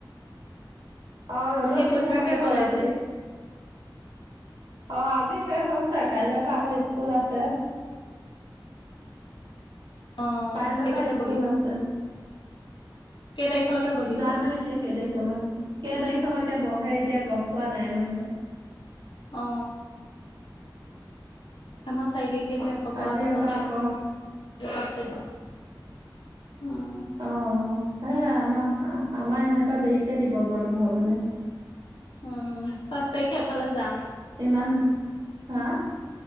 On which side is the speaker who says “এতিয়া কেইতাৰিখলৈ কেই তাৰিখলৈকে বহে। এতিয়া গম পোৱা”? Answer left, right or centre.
Right